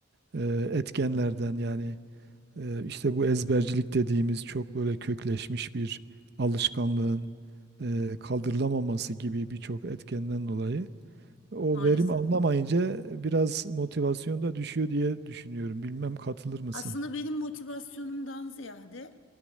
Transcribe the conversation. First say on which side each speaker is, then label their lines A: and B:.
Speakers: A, on the right; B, on the left.
A: e, etkenlerden yani Eee, işte bu ezbercilik dediğimiz çok böyle kökleşmiş bir alışkanlığın eee, kaldırılamaması gibi birçok etkenden dolayı o
B: Maalesef.
A: verim alınamayınca biraz motivasyon da düşüyor diye düşünüyorum. Bilmem katılır mısın?
B: Aslında benim motivasyonumdan ziyade